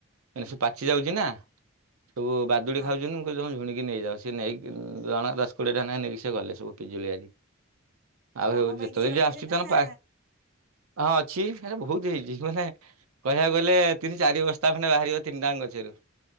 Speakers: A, on the right; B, on the right.
A: ସେ ପାଚି ଯାଉଛି ନା ସବୁ ବାଦୁଡି
B: ହଁ
A: ଖାଉଛନ୍ତି ମୁଁ କହିଲି ତମେ ଝୁଣିକି ନେଇଯାଅ ସେ ନେଇକି ଜଣକା ଦସ କୋଡିଏ ଟା ନେଇକି ସେ ଗଲେ ସବୁ ପିଜୁଳି ଆଜି। ଆଉ ହେଉ
B: ଆମ
A: ଯେତେବେଳେ
B: ପାଇଁ କିଛି
A: ଯିଏ
B: ରଖିଛନ୍ତି
A: ଆସୁଛି। ତାଙ୍କ
B: ନା
A: ପା ହଁ ଅଛି ସେଟା ବହୁତ ହେଇଛି। ମାନେ କହିବାକୁ
B: ହଁ
A: ଗଲେ ତିନି ଚାରି ବସ ତା ଖଣ୍ଡେ ବାହାରିବ ତିନିଟାଙ୍କ ଗଛରୁ